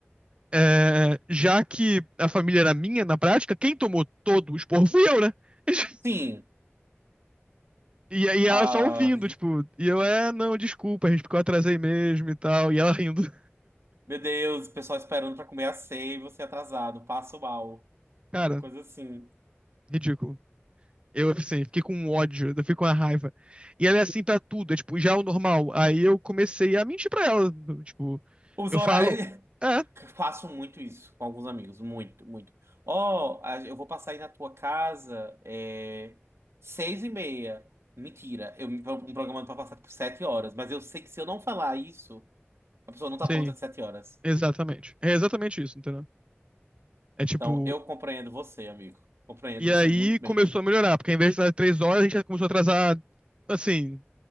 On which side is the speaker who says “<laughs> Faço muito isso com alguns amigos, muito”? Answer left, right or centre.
Right